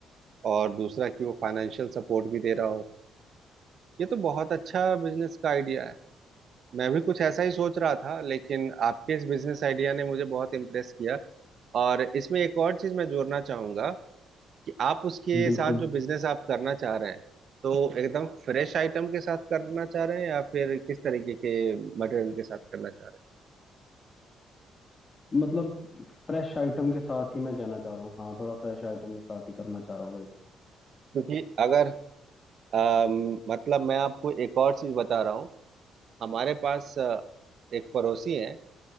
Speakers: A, on the right; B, on the left.
A: और दूसरा कि वो फाइनेंशियल सपोर्ट भी दे रहा हो ये तो बहुत अच्छा बिजनेस का आइडिया है मैं भी कुछ ऐसा ही सोच रहा था लेकिन आपके इस बिजनेस आइडिया ने मुझे बहुत इम्प्रेस किया और इसमें एक और चीज मैं जोड़ना चाहूंगा कि आप उसके
B: बिल्कुल
A: साथ जो बिजनेस आप करना चाह रहे हैं तो एकदम फ्रेश आइटम के साथ करना चाह रहे हैं या फिर किस तरीके के मटेरियल के साथ करना चाह रहे
B: मतलब फ्रेश आइटम के साथ ही मैं कहना चाह रहा हूँ हाँ थोड़ा फ्रेश आइटम के साथ ही करना चाह रहा हूँ भाई
A: हैं क्योंकि अगर अम, मतलब मैं आपको एक और चीज बता रहा हूँ हमारे पास अ, एक पड़ोसी हैं